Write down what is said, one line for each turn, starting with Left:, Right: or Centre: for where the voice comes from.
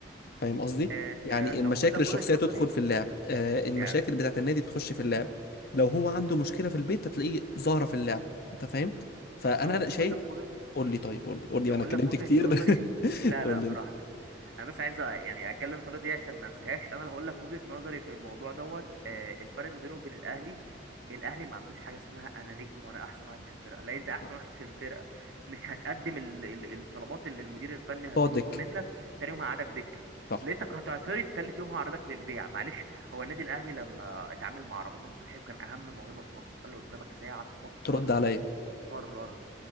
Left: فاهم قصدي
Right: آه
Left: يعني
Right: لو
Left: المشاكل
Right: هقول لك
Left: الشخصيه
Right: وجهة نظري
Left: تدخل في اللعب آه
Right: في اللعب
Left: المشاكل بتاعت
Right: بالظبط
Left: النادي تخش في اللعب لو
Right: بالظبط
Left: هو عنده مشكله في البيت هتلاقيه ظاهره في اللعب انت فاهم فانا
Right: لو هقول
Left: شايف
Right: لك وجهة
Left: قول
Right: مم.
Left: لي طيب قول لي قول لي
Right: لو
Left: انا
Right: هقول
Left: اتكلمت
Right: لك وجهة
Left: كتير
Right: نظري
Left: <laughs>
Right: لا
Left: قول
Right: لا براحتك
Left: لي انت.
Right: انا بس عايز أ- يعني اتكلم في النقطه دي عشان ما انساهاش انا اللي هقول لك وجهة نظري في الموضوع دوت آه، الفرق ما بينه وبين الاهلي الاهلي ما عندوش حاجه اسمها انا نجم وانا احسن واحد في الفرقه لا انت احسن
Left: صح
Right: واحد في الفرقه مش هتقدم ال- ال- الطلبات اللي المدير الفني
Left: تقعد
Right: هيطلبها
Left: دك
Right: منك تاني يوم هقعدك دكه
Left: صح
Right: لقيتك هتعترض تالت يوم هعرضك للبيع معلش هو النادي الاهلي لما اتعامل مع رمضان صبحي وكان اهم موهبه في مصر قال له قدامك ساعه تفكر
Left: ترد عليا
Right: قرر